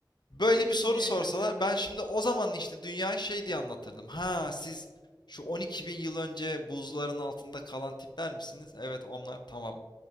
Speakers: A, on the left; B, on the right.
A: böyle
B: çekişme
A: bir soru
B: yaşamaya
A: sorsalar
B: başladı.
A: ben şimdi o zaman işte dünyayı şey diye anlatırdım. Ha siz şu 12 bin yıl önce buzların altında kalan tipler misiniz? Evet onlar tamam.